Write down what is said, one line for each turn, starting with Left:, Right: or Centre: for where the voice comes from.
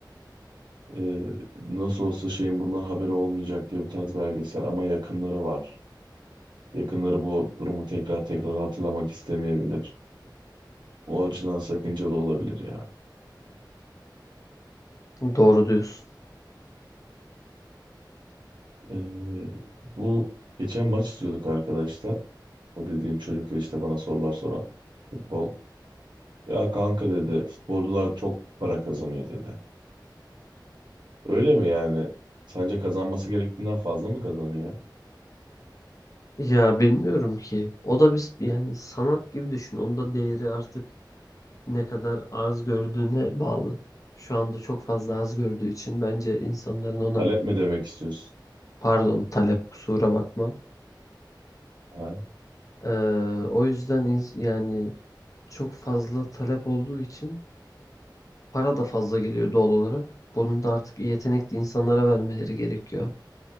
Right: Ee, nasıl olsa şeyin bundan haberi olmayacak diye bir tarz belgesel ama yakınları var. Yakınları bu durumu tekrar tekrar hatırlamak istemeyebilir. O açıdan sakıncalı olabilir ya.
Left: Doğru diyorsun.
Right: Ee, bu geçen maç izliyorduk arkadaşlar. O dediğim çocukla işte bana sorular soran futbol. Ya kanka dedi futbolcular çok para kazanıyor dedi. Öyle mi yani? Sence kazanması gerektiğinden fazla mı kazanıyor?
Left: Ya bilmiyorum ki. O da biz yani sanat gibi düşün. Onun da değeri artık ne kadar arz gördüğüne bağlı. Şu anda çok fazla arz gördüğü için bence insanların ona
Right: Talep mi demek istiyorsun?
Left: pardon talep kusura bakma.
Right: Ha?
Left: Ee, o yüzden ins- yani çok fazla talep olduğu için para da fazla geliyor doğal olarak. Bunu da artık yetenekli insanlara vermeleri gerekiyor.